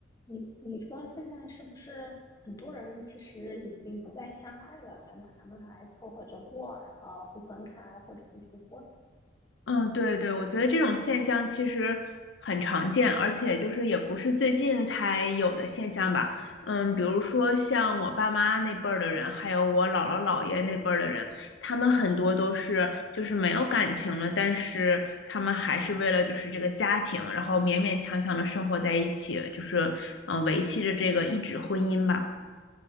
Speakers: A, on the left (about 20°); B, on the left (about 70°).
A: 你你说现在是不是很多人其实已经不再相爱了，但他们还凑合着过，然后不分开或者不离婚？
B: 嗯，对对，我觉得这种现象其实很常见，而且就是也不是最近才有的现象吧。嗯，比如说像我爸妈那辈儿的人，还有我姥姥姥爷那辈儿的人，他们很多都是就是没有感情了，但是他们还是为了就是这个家庭，然后勉勉强强的生活在一起，就是嗯、呃维系着这个一纸婚姻吧。